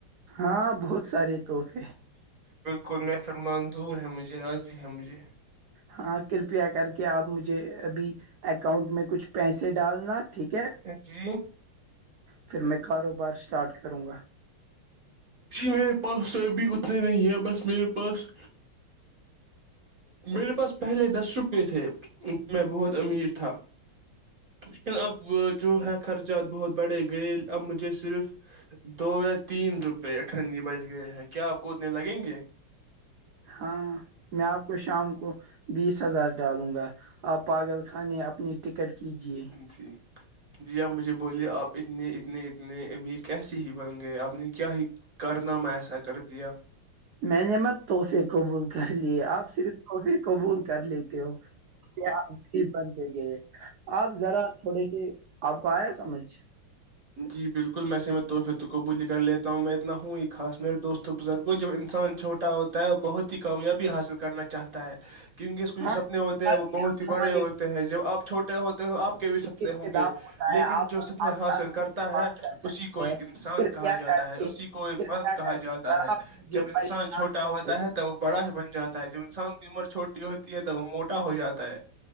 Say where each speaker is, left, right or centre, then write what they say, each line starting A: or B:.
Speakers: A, on the right; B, on the right.
A: ہاں بہت سارے توحفے
B: کوئی محفر منظور ہے مجھے راضی ہے مجھے
A: ہاں کرپیا کر کے آپ مجھے ابھی اکاؤنٹ میں کچھ پیسے ڈالنا ٹھیک ہے
B: جی
A: پھر میں کاروبار اسٹارٹ کروں گا
B: جی میرے پاس سب بھی اتنے نہیں ہے بس میرے پاس میرے پاس پہلے دس روپے تھے میں بہت امیر تھا لیکن اب جو ہے خرچات بہت بڑھے گئے اب مجھے صرف دو یا تین روپے اٹھنی بج گئے ہیں کیا آپ کو اتنے لگیں گے
A: ہاں میں آپ کو شام کو بیس ہزار ڈالوں گا آپ پاگل خانے اپنی ٹکٹ کیجیے
B: جی جی آپ مجھے بولیے آپ اتنے اتنے اتنے امیر کیسے ہی بن گئے آپ نے کیا ہی کر نام ایسا کر دیا
A: میں نے مت تحفے قبول کر لیے آپ صرف تحفے قبول کر لیتے کہ ہو کیا ہی بندے گئے آپ ذرا تھوڑے سے آپ کو آیا سمجھ
B: جی بالکل میںیسے میں تحفے قبولی کر لیتا ہوں میں اتنا ہوں خاص میرے دوست و بزرگوں جب انسان چھوٹے ا ہوتا ہے اور بہت ہی کامیابی حاصل کرنا چاہتا ہے کیونکہ اس کے جو
A: ہاں
B: سپنے
A: کوئی
B: ہوتے ہیں
A: بات
B: وہ
A: نہیں
B: بہت
A: آپ
B: ہی بڑے
A: ہمارے
B: ہوتے ہیں جب آپ چھوٹے ہوتے ہیں ہو آپ کے بھی سپنے
A: اختتام
B: ہوں گے-
A: ہوتا
B: لیکن
A: ہے آپ
B: جو سپنے
A: آپ
B: حاصل
A: کل
B: کر کرتا
A: مجھ سے
B: ہے
A: بات کر سکتے
B: اسی کو ایک
A: ہیں
B: انسان
A: کرپیا
B: کہا جاتا
A: کر
B: ہے
A: کے
B: اسی کو ایک
A: کرپیا
B: مرد کہا
A: کر
B: جاتا
A: کے ذرا
B: ہے
A: مجھے
B: جب انسان
A: پریشان
B: چھوٹے- چھوٹا
A: نہ
B: ہوتا
A: کریں
B: ہے تو وہ بڑا ہی بن جاتا ہے جب انسان کی عمر چھوٹی ہوتی ہے تو وہ موٹا ہو جاتا ہے-